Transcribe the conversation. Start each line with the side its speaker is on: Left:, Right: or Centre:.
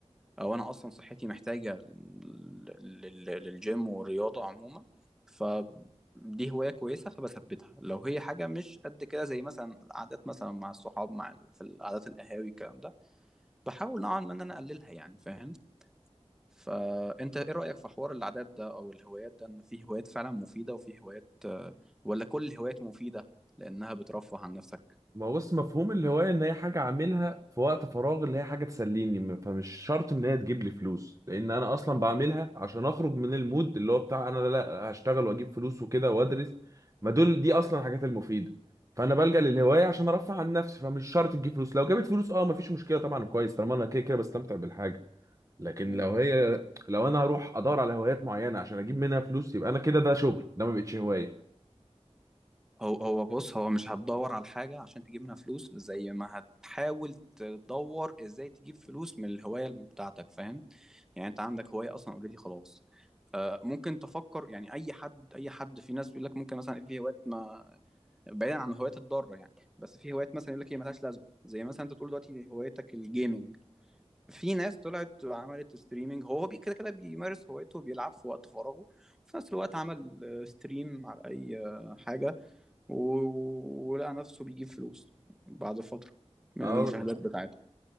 Centre: أو أنا أصلا صحتي محتاجة لل- لل- للجيم والرياضة عموما فدي هواية كويسة فبثبتها لو هي حاجة مش قد كده زي مثلا القعدات مثلا مع الصحاب مع ال- في القعدات القهاوي الكلام ده بحاول نوعا ما إن أنا أقللها يعني فاهم فانت ايه رأيك في حوار العادات ده او الهوايات ده ان في هوايات فعلا مفيدة وفي هوايات آه، ولا كل الهوايات مفيدة لانها بترفه عن نفسك
Right: ما هو بص مفهوم الهواية إن هي حاجة أعملها في وقت فراغ اللي هي حاجة تسليني م- فمش شرط إن هي تجيب لي فلوس لأن أنا أصلا بعملها عشان أخرج من المود اللي هو بتاع أنا لا هشتغل وأجيب فلوس وكده وأدرس ما دول دي أصلا الحاجات المفيدة فأنا بلجأ للهواية عشان أرفع عن نفسي فمش شرط تجيب فلوس لو جابت فلوس أه مفيش مشكلة طبعا كويس طالما أنا كده كده بستمتع بالحاجة لكن
Centre: مم.
Right: لو هي لو أنا هروح أدور على هوايات معينة عشان أجيب منها فلوس يبقى أنا كده ده شغل ده ما بقتش هواية
Centre: هو هو بص هو مش هتدور على حاجة عشان تجيب منها فلوس زي ما هتحاول تدور ازاي تجيب فلوس من الهواية بتاعتك فاهم يعني انت عندك هواية اصلا اوريدي خلاص آه، ممكن تفكر يعني اي حد اي حد في ناس بيقول لك ممكن مثلا في هوايات ما بعيدا عن الهوايات الضاره يعني بس في هوايات مثلا يقول لك هي ملهاش لازمه زي مثلا انت تقول دلوقتي هوايتك الجيمنج في ناس طلعت وعملت ستريمنج هو بي- كده كده بيمارس هوايته وبيلعب في وقت فراغه وفي نفس الوقت عمل آه، ستريم على اي آه، حاجة و- ولقى نفسه بيجيب فلوس بعد فترة من
Right: اه
Centre: المشاهدات بتاعته